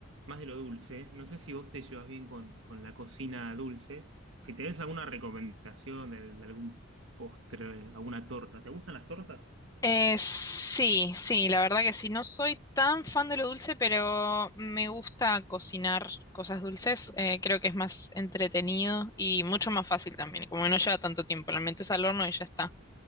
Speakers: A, on the right; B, on the left.
A: más de lo dulce. No sé si vos te llevas bien con, con la cocina dulce. Si tenés alguna recomendación de, de algún postre, alguna torta. ¿Te gustan las tortas?
B: Eh, sí, sí, la verdad que sí. No soy tan fan de lo dulce, pero me gusta cocinar cosas dulces. Eh, creo que es más entretenido y mucho más fácil también. Como que no lleva tanto tiempo, la metes al horno y ya está.